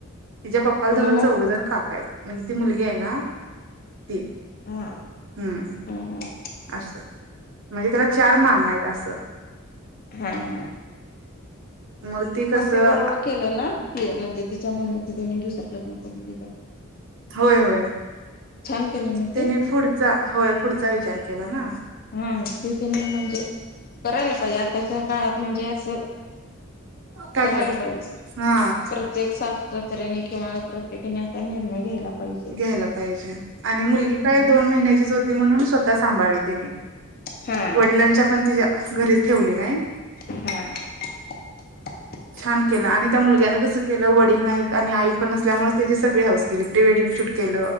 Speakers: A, on the right (about 60°); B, on the left (about 45°).
A: तिच्या पप्पाला
B: कुणाला
A: धरून, चौघंजण काका आहेत. म्हणजे ती मुलगी आहे ना, ती.
B: हा
A: हम्.
B: हम्म हम्म
A: असं म्हणजे त्याला, चार मामा आहेत असं.
B: हम् हम्.
A: मग कसं
B: पण ते बरोबर केलं ना? ती म्हणजे तिच्या मम्मीचं, त्यांनी दुसरं लग्न करून दिलं.
A: होय होय.
B: छान केलं ना ते
A: त्यांनी पुढचा, होय. पुढचा विचार केला ना.
B: हा, तिथं मी म्हणजे करायला पाहिजे, आताच्या काळात म्हणजे असं
A: टाक्यात
B: करायला पाहिजे.
A: हा
B: परत प्रत्येक सासू सासर्यांनी किंवा प्रत्येकीने असा निर्णय घ्यायला पाहिजे.
A: घ्यायला पाहिजे आणि मुलगी काय
B: हा
A: दोन महिन्याचीच होती म्हणून स्वतः सांभाळली त्यांनी
B: हा
A: वडिलांच्या पण तिच्या घरी ठेवली नाही
B: हा
A: छान केल आणि त्या मुलग्यानं कसं केल वडील नाहीत आणि आई पण नसल्यामुळेच त्याची सगळी हाऊस केली प्री वेडिंग शुट केल